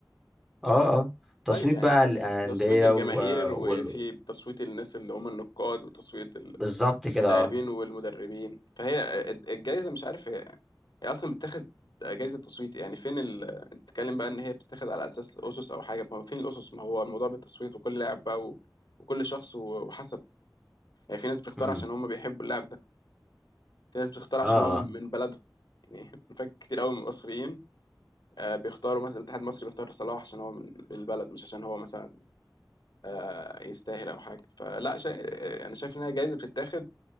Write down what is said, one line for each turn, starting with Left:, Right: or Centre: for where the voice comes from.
Centre: اه اه تصويت
Left: طيب يعني
Centre: بقى الانديه
Left: بتصويت الجماهير
Centre: و...
Left: وفي
Centre: وال...
Left: تصويت الناس اللي هم النقاد وتصويت
Centre: بالظبط كده
Left: اللاعبين
Centre: اه
Left: والمدربين فهي الجايزه مش عارف هي, هي اصلا بتاخد جايزه تصويت يعني فين ال... انت بتتكلم بقى ان هي بتتاخد على اساس اسس او حاجه ما هو فين الاسس ما هو الموضوع بالتصويت وكل لاعب بقى و... وكل شخص و- وحسب يعني في ناس بتختار
Centre: امم
Left: عشان هم بيحبوا اللاعب في ناس بتختار عشان
Centre: اه
Left: هو من
Centre: اه
Left: من بلدهم يعني <laughs> فاكر كتير قوي من المصريين آه، بيختاروا مثلا الاتحاد المصري بيختار صلاح عشان هو من من البلد مش عشان هو مثلا آه، يستاهل او حاجه فلا شا... آه، انا شايف انها جايزه بتتاخد